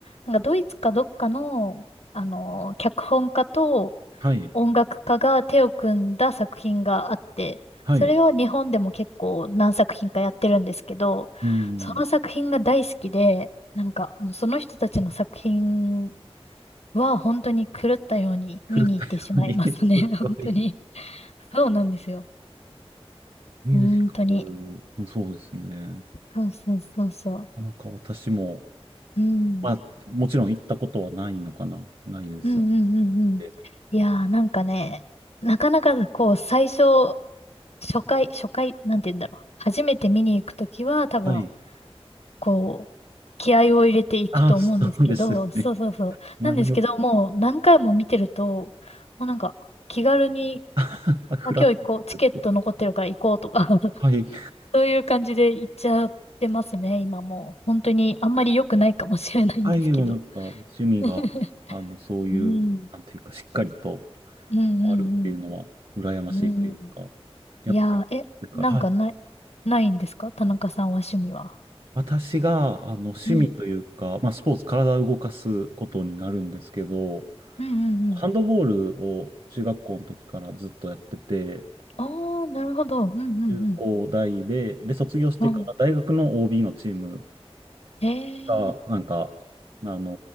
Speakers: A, on the left (about 80°); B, on the right (about 55°).
A: なんかドイツかどっかの、あの、脚本家と、
B: はい、
A: 音楽家が手を組んだ作品があって、
B: はい。
A: それを日本でも結構何作品かやってるんですけど、
B: うん。
A: その作品が大好きで、なんかもうその人たちの作品は本当に狂ったように見に行ってしまいますね。
B: 古田よに <laughs> すごい。
A: <laughs> 本当に。そうなんですよ。
B: ミュージカル、
A: 本当に。
B: うんそうですね。な
A: そうそうそうそう。
B: かなか私も、
A: うん。
B: まあ、もちろん行ったことはないのかなないですよ
A: うんうんうんうん。
B: ね。
A: いやーなんかね、なかなかこう最初、初回、初回、なんて言うんだろう。初めて見に行くときは多分
B: はい。
A: こう、気合を入れていくと思うんですけど、
B: ああ、そうですよね。
A: そうそうそう。
B: 何を、
A: なんですけど、もう何回も見てると、もうなんか気軽に、
B: <laughs> フラッと作って。
A: あ、今日行こう、チケット残ってるから行こうとか、<laughs>
B: はい。
A: そういう感じで行っちゃってますね、今もう。本当にあんまり良くないかもしれないんですけど。
B: はい、もうなんか、趣味が、
A: <laughs>
B: あの、そういう、
A: うん。
B: なんていうか、しっかりと、
A: うんうん
B: あるっていうのは羨ましいというか、
A: うん。うん。
B: やっぱり、
A: いやー、え、
B: だから、
A: なんかない、
B: はい。
A: ないんですか田中さんは趣味は。
B: 私があの趣味というか、
A: うん。
B: まあ、スポーツ、体を動かすことになるんですけど、
A: うんうんうん。
B: ハンドボールを中学校の時からずっとやってて、
A: ああ、なるほど。うんうんうん。
B: 中高大で、で、卒業してから大学の
A: うん。
B: OB のチーム
A: ええ
B: が、なんか、あの